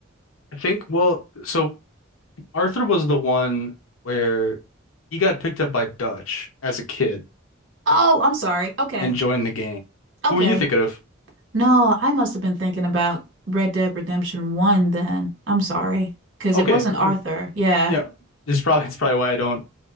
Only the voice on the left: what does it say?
I think, well, so Arthur was the one where he got picked up by Dutch as a kid
and joined the gang.
Who were you thinking of?
Okay,
well,
yeah, this is probably <laughs> it's probably why I don't